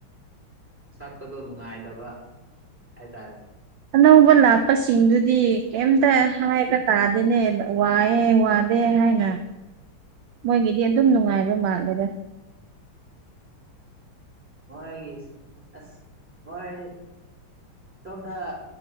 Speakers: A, in the centre; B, on the right (about 75°).
A: ꯁꯛꯄꯗꯣ ꯅꯨꯡꯉꯥꯏꯗꯕ ꯍꯥꯏꯇꯥꯔꯦ
B: ꯑꯅꯧꯕ ꯂꯥꯛꯄꯁꯤꯡꯗꯨꯗꯤ ꯀꯩꯝꯇ ꯍꯥꯏꯕ ꯇꯥꯗꯦꯅꯦ ꯋꯥꯏꯑꯦ ꯋꯥ ꯕꯦ ꯍꯥꯏꯅ ꯃꯣꯏꯒꯤꯗꯤ ꯑꯗꯨꯝ ꯅꯨꯡꯉꯥꯏꯕ ꯃꯥꯜꯂꯦꯗ
A: ꯃꯣꯏꯒꯤꯁꯤ ꯑꯁ ꯃꯣꯏ ꯁꯣꯝꯗ